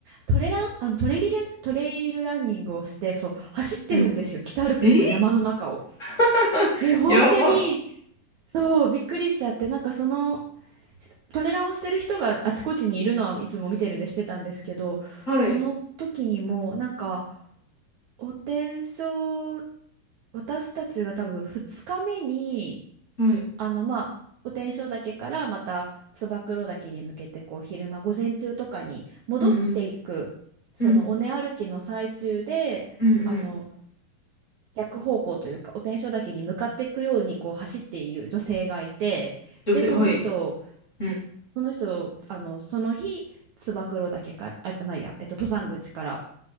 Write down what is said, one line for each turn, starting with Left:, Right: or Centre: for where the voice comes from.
Right: トレランあのトレリラントレイルランニングをしてそう走ってるんですよ北アルプスの山の中を。
Left: うん。えー <laughs>
Right: で本当に
Left: やば。
Right: そうびっくりしちゃってなんかそのトレランをしてる人があちこちにいるのはいつも見てるんでしてたんですけど、
Left: はい。
Right: その時にもなんかお天正、私たちが多分2日目に
Left: はい。
Right: あのまあお天正岳からまた燕岳に向けてこう昼間午前中とかに戻っていくその尾根歩きの最中であの
Left: うん、うん、うん、うん、うん。
Right: 逆方向というかお天正岳に向かっていくようにこう走っている女性がいてでその人
Left: 女性、はい。うん。
Right: その人、あの、その日、燕岳から、あ、じゃないや、えっと、登山口から